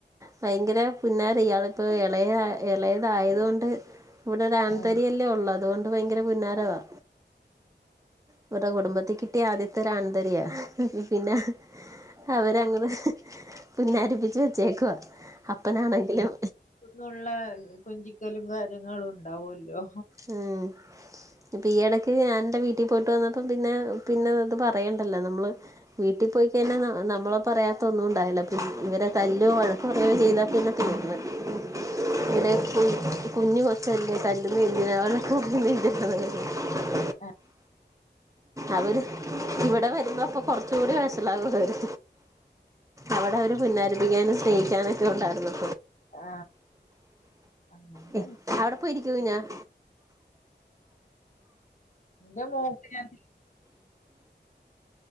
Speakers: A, on the right; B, on the left.
A: ഭയങ്കര പുന്നാര ഇയാളിപ്പോ ഇളയ ഇളയതായത് കൊണ്ട് ഇവിടെ ഒരാൺതരിയല്ലേ
B: ആഹ്
A: ഉള്ളൂ അതുകൊണ്ട് ഭയങ്കര പുന്നാരവാ ഇവിടെ കുടുംബത്തി കിട്ടിയ ആദ്യത്തെ ഒരാാണ്തരിയാ പിന്ന അവരങ്ങനെ പുന്നാരിപ്പിച്ച് വെച്ചേക്കുവ അപ്പനാണെങ്കിലും
B: ഇന്നുള്ള കൊഞ്ചിക്കലും കാര്യങ്ങളും ഉണ്ടാവല്ലോ
A: ഉം ഇപ്പൊ ഈ ഇടക്ക് ഞാനെന്റെ വീട്ടിൽ പോയിട്ട് വന്നപ്പ പിന്നെ പിന്നെ ഇത് പറയണ്ടല്ലോ നമ്മള് വീട്ടി പോയിക്കയിഞ്ഞാന്ന നമ്മളെ പറയാത്ത ഒന്നും ണ്ടാവില്ല. പിൻ ഇവരെ തല്ലും, വഴക് <unintelligible> കുഞ്ഞു കൊച്ചല്ലേ <unintelligible> <inaudible>
B: ആഹ്.
A: അവര് ഇവിടെ വരുമ്പോ അപ്പൊ കൊർച്ചൂടി വഷളാവുഅവര് അവിടെ അവര് പുന്നാരപ്പിക്കാനും സ്നേഹിക്കാനും
B: ആഹ് അങ്ങനത്തെ
A: ണ്ടായി അവിടെ പോയ് ഇരിക്ക തുഞ്ഞ <inaudible>
B: ന്റെ മോക്ക് നാൻ